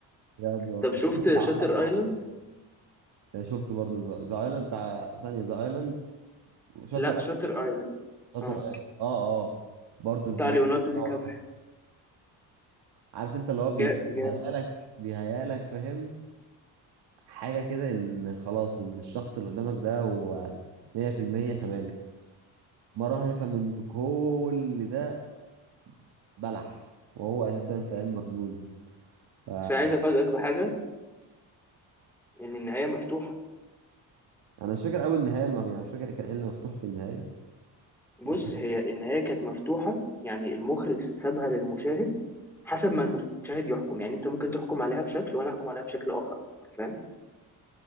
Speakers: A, on the right (about 65°); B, in the centre.
A: بجد والله
B: طب شفت
A: شفت عندك
B: شاتر
A: حاجة.
B: ايلاند
A: شفت برضه ذا ايلاند بتاع ثانيه ذا ايلاند وشاتر
B: لا شاتر ايلاند
A: شاتر
B: اه
A: ايلاند اه اه برضو البلوت
B: بتاع ليوناردو دي
A: اه
B: كابريو
A: عارف انت اللي هو
B: جا
A: بيهيالك
B: جامد
A: بيهيالك فاهم حاجة كده ان خلاص ان الشخص اللي قدامك ده هو 100% تمام مرة واحدة تفهم ان كل ده بلح وهو اساسا فاهم مجنون ف
B: بس انا عايز افاجئك بحاجه ان النهايه مفتوحه
A: انا مش فاكر قوي النهاية المف... يعني مش فاكر كان ايه اللي مفتوح في النهاية
B: بص
A: بس
B: هي النهايه كانت مفتوحه يعني المخرج سابها للمشاهد حسب ما المشاهد يحكم يعني انت ممكن تحكم عليها بشكل وانا احكم عليها بشكل اخر فاهم